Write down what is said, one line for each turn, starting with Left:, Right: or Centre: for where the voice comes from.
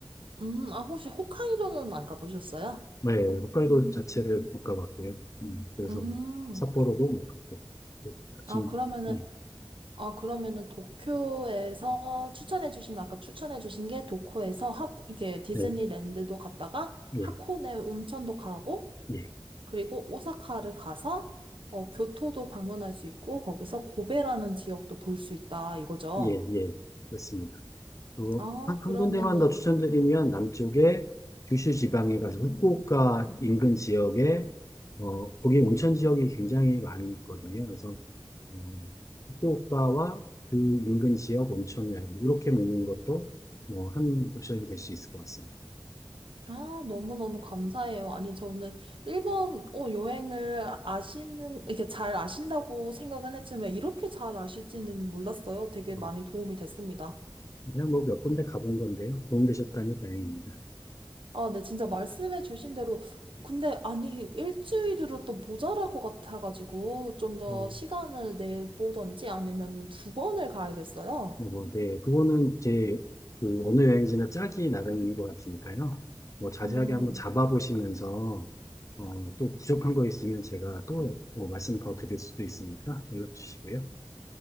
Right: 음, 아, 혹시 홋카이도는 안 가보셨어요?
Left: 네, 홋카이도 자체를 못 가봤고요. 음, 그래서
Right: 음.
Left: 삿포로도 못 갔고. 그, 지금,
Right: 아, 그러면은
Left: 예,
Right: 아, 그러면은 도쿄에서 추천해주신, 아까 추천해주신 게 도쿄에서 하, 이게 디즈니랜드도
Left: 네,
Right: 갔다가 하코네
Left: 예,
Right: 온천도 가고,
Left: 예,
Right: 그리고 오사카를 가서, 어, 교토도 방문할 수 있고, 거기서 고베라는 지역도 볼 수 있다, 이거죠.
Left: 예, 예, 그렇습니다. 그리고
Right: 아,
Left: 한,
Right: 그러면은,
Left: 한 군데만 더 추천드리면 남쪽에 규슈 지방에 가서 후쿠오카 인근 지역에 어, 거기 온천 지역이 굉장히 많이 있거든요. 그래서 음, 후쿠오카와 그 인근 지역 온천 여행 이렇게 먹는 것도 뭐 한 옵션이 될 수 있을 것 같습니다.
Right: 아, 너무너무 감사해요. 아니, 저는 일본, 어, 여행을 아시는, 이렇게 잘 아신다고 생각은 했지만, 이렇게 잘 아실지는 몰랐어요. 되게 많이
Left: 어,
Right: 도움이 됐습니다.
Left: 그냥 뭐 몇 군데 가본 건데요. 도움되셨다니 다행입니다.
Right: 아, 네, 진짜 말씀해 주신 대로. 근데, 아니, 일주일으로 또 모자랄 것 같아가지고, 좀 더
Left: 뭐,
Right: 시간을 내보던지 아니면 두 번을 가야겠어요.
Left: 뭐, 뭐, 네. 그거는 이제 그 어느 여행지나 짝이 나름인 것 같으니까요. 뭐 자세하게
Right: 음,
Left: 한번 잡아보시면서 어, 또 부족한 거 있으면 제가 또뭐 말씀 더 드릴 수도 있으니까 연락 주시고요.